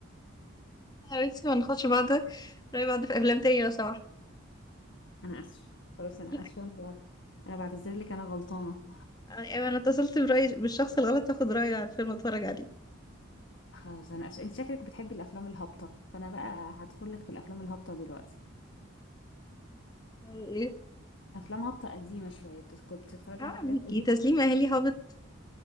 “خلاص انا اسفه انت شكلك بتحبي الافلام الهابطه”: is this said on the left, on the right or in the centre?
Left